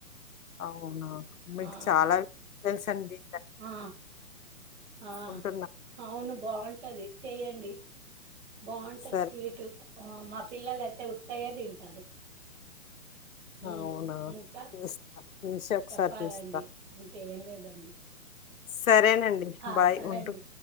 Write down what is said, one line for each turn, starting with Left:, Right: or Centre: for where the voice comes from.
Left: అవునా మీకు
Right: ఆ
Left: చాలా తెలుసు అండి.
Right: ఆ ఆ ఆ
Left: ఉంటున్నా.
Right: అవును. బావుంటుది చెయండి, బావుంటుంది
Left: సరే.
Right: స్వీటు. మా పిల్లలు అయితే ఉత్తగే తింటారు. హ్
Left: అవునా!
Right: ఇంకా
Left: చేస్తా. చేసి ఒకసారి
Right: చెప్పాలండి,
Left: చూస్తా.
Right: ఇంకా ఏం లేదండి.
Left: సరేనండి
Right: ఆ
Left: బాయ్
Right: సరే
Left: ఉంటూ
Right: అండి.